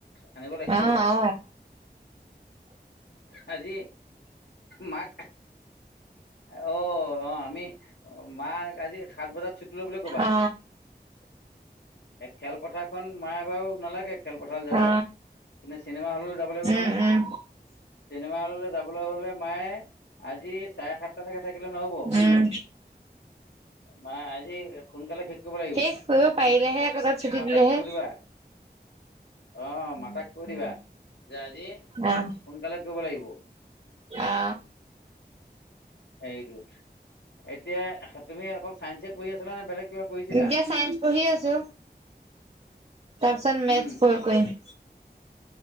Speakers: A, on the left; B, on the right.
A: আনিব লাগিব।
B: অ অ অ
A: আজি মাক অ', অ', আমি মাক আজি সাত বজাত ছুটি লবলৈ বুলি ক'বা।
B: অ
A: খেলপথাৰখন মায়ে বাৰু নালাগে খেলপথাল যাব
B: অ
A: কিন্তু চিনেমা হ'ললৈ যাব লাগিব
B: উম
A: নহয়।
B: উম
A: চিনেমা হ'ললৈ যাবলৈ হ'লে মায়ে আজি চাৰে সাতটালৈকে থাকিলে নহ'ব।
B: উম।
A: মা আজি সোনকালে শেষ কৰিব লাগিব।
B: শেষ কৰিব পাৰিলেহে আকৌ তাত ছুটি
A: মাতাক
B: দিলেহে।
A: কৈ দিবা, অ', মাতাক কৈ দিবা যে আজি
B: আহ
A: সোনকালে কৰিব লাগিব
B: আ
A: এইটোত এতিয়া তুমি অকল চাইন্সে পঢ়ি আছিলা নে বেলেগ কিবা পঢ়িছিলা?
B: এতিয়া চাইন্স পঢ়ি আছো তাৰপিছত মেথছ
A: উম।
B: পঢ়ি কৰিম।